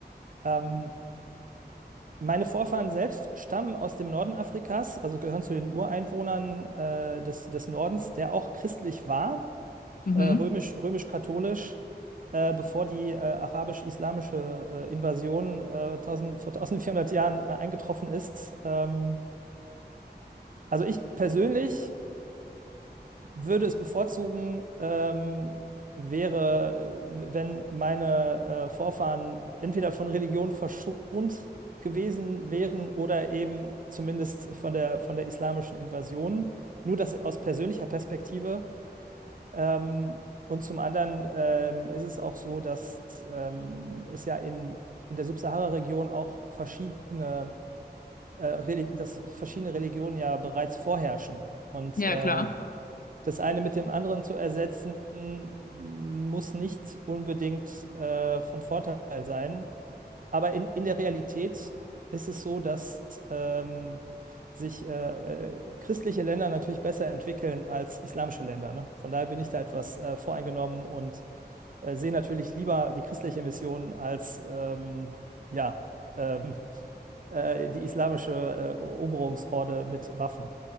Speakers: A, on the right (about 50°); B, on the left (about 55°).
A: Ähm, meine Vorfahren selbst stammen aus dem Norden Afrikas, also gehören zu den Ureinwohnern äh, des, des Nordens, der auch christlich war
B: Mhm.
A: äh, römisch, römisch-katholisch, äh, bevor die äh, arabisch-islamische äh, Invasion äh, 1000, vor 1400 Jahren äh, eingetroffen ist. Ähm, also ich persönlich würde es bevorzugen, ähm, wäre, äh, wenn meine äh, Vorfahren entweder von Religion verschont gewesen wären oder eben zumindest von der, von der islamischen Invasion. Nur das aus persönlicher Perspektive. Ähm, und zum anderen ähm, ist es auch so, dass ähm, es ja in, in der Subsahara-Region auch verschiedene, äh, Reli- dass verschiedene Religionen ja bereits vorherrschen. Und
B: Ja,
A: äh,
B: klar.
A: das eine mit dem anderen zu ersetzen, muss nicht unbedingt äh, von Vorteil sein. Aber in, in der Realität ist es so, dass ähm, sich äh, äh, christliche Länder natürlich besser entwickeln als islamische Länder. Ne? Von daher bin ich da etwas äh, voreingenommen und äh, sehe natürlich lieber die christliche Mission als ähm, ja, ähm, <laughs> äh, die islamische äh, Eroberungshorde mit Waffen.